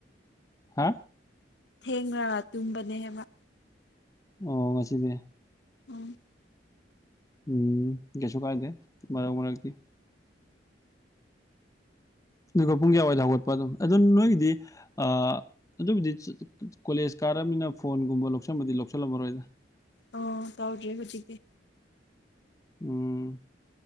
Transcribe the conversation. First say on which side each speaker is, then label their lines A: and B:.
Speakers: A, on the left; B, on the left.
A: ꯍꯥ
B: ꯊꯦꯡꯅ ꯇꯨꯝꯕꯥꯅꯦ ꯍꯥꯏꯕ
A: ꯑꯣ ꯉꯁꯤꯗꯤ
B: ꯎꯝ
A: ꯎꯝ ꯀꯩꯁꯨ ꯀꯥꯏꯗꯦ ꯃꯔꯛ ꯃꯔꯛꯇꯤ ꯉꯥꯏꯈꯣ ꯄꯨꯡ ꯀꯌꯥꯋꯥꯏꯗ ꯍꯧꯒꯠꯄ ꯑꯗꯨꯝ ꯑꯗꯨ ꯅꯣꯏꯒꯤꯗꯤ ꯑꯥ ꯑꯗꯨꯕꯨꯗꯤ ꯀꯣꯂꯦꯖ ꯀꯥꯔꯕꯃꯤꯅ ꯐꯣꯟꯒꯨꯝꯕ ꯂꯧꯁꯟꯕꯗꯤ ꯂꯧꯁꯜꯂꯝꯃꯔꯣꯏꯗ
B: ꯑꯣ ꯇꯧꯗ꯭ꯔꯤ ꯍꯧꯖꯤꯛꯇꯤ
A: ꯎꯝ